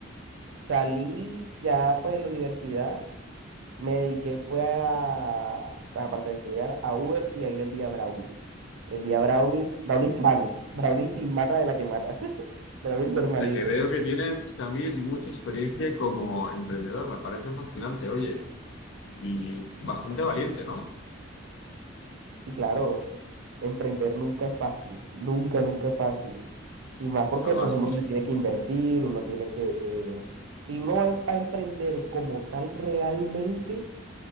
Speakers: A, on the right (about 75°); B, on the left (about 70°).
A: salí ya pues en la universidad Me dediqué, fue a, pues aparte de estudiar, a Uber y ahí vendía brownies. Vendía brownies, brownies sanos, <laughs> brownies sin mata de la que mata, <laughs> brownies normalitos.
B: sea, que veo que tienes, Samir, mucha experiencia como emprendedor, me parece fascinante, oye, y bastante valiente, ¿no?
A: Y claro, emprender nunca es fácil, nunca, nunca es fácil. Y más porque
B: Además,
A: pues uno le tiene que invertir, uno tiene que... eh, si uno va a em- va a emprender como tal realmente,